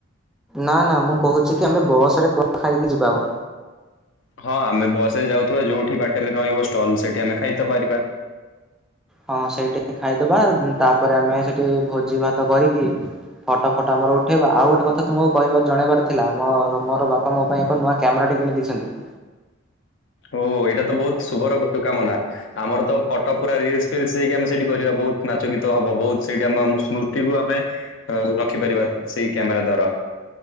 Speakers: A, in the centre; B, on the left (about 65°).
A: ନା ନା ମୁଁ କହୁଛି କି ଆମେ ବସ ରେ ଖାଇକି ଯିବା ମ
B: ହଁ, ଆମେ ବସରେ ଯାଉଥିବା ଯୋଉଠି ବାଟରେ ରହିବ ଷ୍ଟଲ, ସେଠି ଆମେ ଖାଇ ତ ପାରିବା।
A: ହଁ ସେଇଠି ଖାଇଦବା, ତାପରେ ଆମେ ସେଠି ଭୋଜି ଭାତ କରିକି ଫଟୋ ଫଟୋ ଆମର ଉଠେଇବା, ଆଉ ଗୋଟେ କଥା ତୁମକୁ କହିବାର- ଜଣେଇବାର ଥିଲା, ମୋ ମୋର ବାପ ମୋ ପାଇଁ ଏକ ନୂଆ କ୍ୟାମେରାଟେ କିଣି ଦେଇଛନ୍ତି।
B: ଓ, ଏଇଟା ତ ବୋହୁତ ଶୁଭର କାମନା। ଆମର ତ ଫଟୋ ପୁରା ରିଲସ ଫିଲ୍ସ ହେଇକି, ଆମେ ସେଇଠି କରିବା, ବହୁତ ନାଚ ଗୀତ ହବ, ବୋହୁତ ସେଇଠି, ଆମ ସ୍ମୃତିକୁ ଆମେ ରଖିପାରିବା, ସେଇ କ୍ୟାମେରା ଦ୍ଵାରା